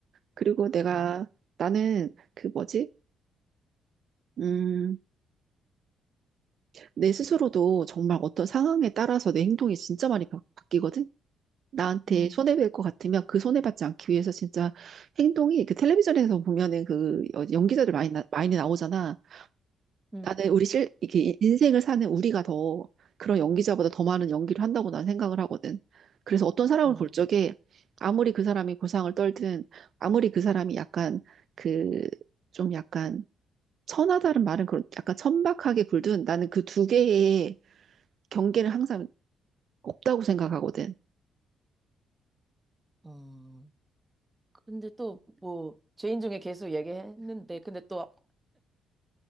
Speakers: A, on the right; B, on the right.
A: 그리고 내가
B: 맞아.
A: 나는 그 뭐지? 음, 내 스스로도 정말 어떤 상황에 따라서 내 행동이 진짜 많이 바, 바뀌거든. 나한테
B: 응,
A: 손해볼 것 같으면 그 손해받지 않기 위해서 진짜 행동이 그 텔레비전에서 보면은 그 여- 연기자들 많이, 나, 많이 나오잖아.
B: 음.
A: 나는 우리 실, 이게 이- 인생을 사는 우리가 더 그런 연기자보다 더 많은 연기를 한다고 난 생각을 하거든. 그래서 어떤 사람을
B: 음. 음.
A: 볼 적에 아무리 그 사람이 고상을 떨든 아무리 그 사람이 약간 그 좀 약간 천하다는 말은 그런 약간 천박하게 굴든 나는 그 두 개의 경계는 항상 없다고 생각하거든.
B: <laughs> 근데 또 뭐 죄인 중에 계속 얘기했는데 근데 또